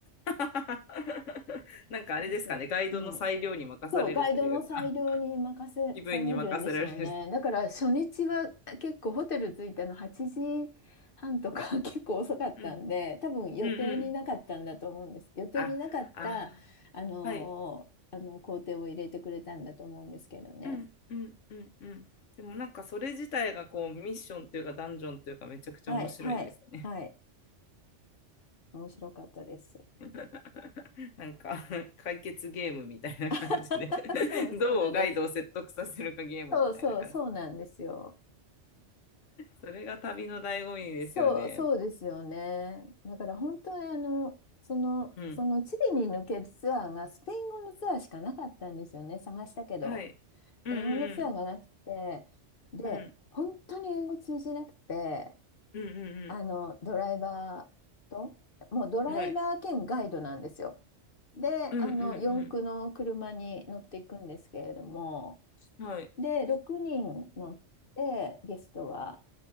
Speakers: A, on the left (about 80°); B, on the left (about 50°).
A: <laughs> なんかあれですかね、
B: そうそう。
A: ガイドの裁量に任されるというか、
B: うんそう、ガイドの裁量に任せされるんでしょうね。
A: 気分に任せられる。
B: だから初日は結構ホテル着いたの8時半とか <laughs> 結構遅かったんで、
A: うん。
B: 多分予定になかったんだと思うんです。
A: うんうん。
B: 予定になかった、
A: あ、あ、
B: あのーあの工程を入れてくれたんだと思うんですけどね。
A: はい。うんうんうんうん。でもなんかそれ自体がこうミッションというかダンジョンというかめちゃくちゃ面白いですね。
B: はい、はい、はい。面白かったです。
A: <laughs> なんか解決ゲームみたいな感じで
B: <laughs> そう、
A: <laughs>
B: そうなんです。
A: どうガイドを説得させるかゲームみたいな感じ。
B: そうそう、そうなんですよ。
A: それが旅の醍醐味ですよね。
B: そう、そうですよね。だから本当にあの、その、
A: うん。
B: そのチリに抜けるツアーがスペイン語のツアーしかなかったんですよね、探したけど。
A: はい。うんうん
B: 英語のツアーがなくて、で、
A: うん。
B: 本当に英語通じなくて、
A: うんうんうん
B: あの、ドライバーと、もうドライバー兼ガイドなんですよ。
A: うん。はい。
B: で、
A: うんうん
B: あの、四駆の車に乗っていくんですけれども、
A: うん。はい。
B: で、6人乗って、ゲストは。